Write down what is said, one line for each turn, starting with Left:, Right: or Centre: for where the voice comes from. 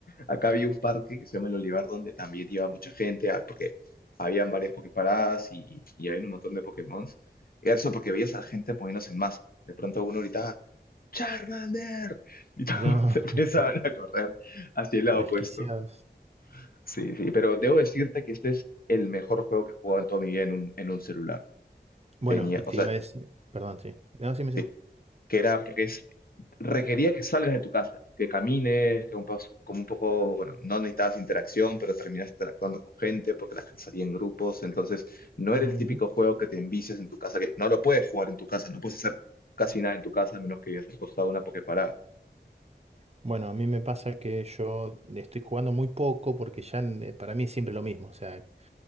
Left: Acá había un parque que se llama El Olivar, donde también iba mucha gente, ah, porque habían varias poképaradas y, y había un montón de Pokémon. Y eso porque veías a la gente poniéndose en masa. De pronto uno gritaba, ¡Charmander! Y todos
Right: No,
Left: <laughs> se empezaban
Right: <laughs>
Left: a correr hacia el lado
Right: desquiciados.
Left: opuesto. Sí, sí, pero debo decirte que este es el mejor juego que he jugado en toda mi vida en un, en un celular.
Right: Bueno,
Left: Tenía,
Right: y
Left: o
Right: te
Left: sea,
Right: iba a decir. Perdón, sí. No, sí,
Left: sí,
Right: sí.
Left: que era porque es- requería que salgas de tu casa, que camines, que un paso- como un poco, bueno, no necesitabas interacción, pero terminabas interactuando con gente porque la gente salía en grupos, entonces no era
Right: Ujú.
Left: el típico juego que te envicias en tu casa, que no lo puedes jugar en tu casa, no puedes hacer casi nada en tu casa a menos que vivas al costado de una Poképarada.
Right: Bueno, a mí me pasa que yo estoy jugando muy poco porque ya eh, para mí es siempre lo mismo. O sea,